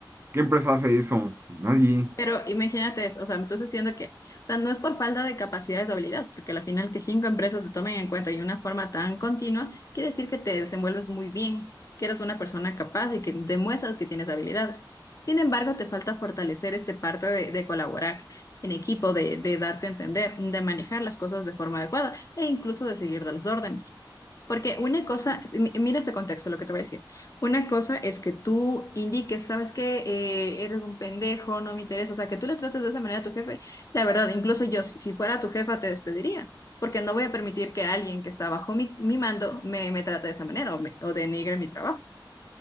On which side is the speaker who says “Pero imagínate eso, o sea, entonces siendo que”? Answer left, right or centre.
Left